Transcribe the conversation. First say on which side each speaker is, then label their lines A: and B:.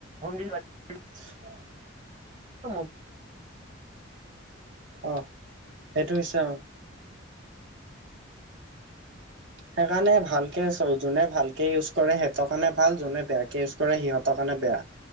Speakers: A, on the right; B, on the right.
A: হোম ডেলিভাৰী
B: <unintelligible>
A: <inaudible>
B: আহ সেইটো হৈছে অ। সেই কাৰণে ভালকে, যোনে ভাল কে ইউজ কৰে সিহঁতৰ কাৰণে ভাল, যোনে বেয়াকে ইউজ কৰে সিহঁতৰ কাৰণে বেয়া।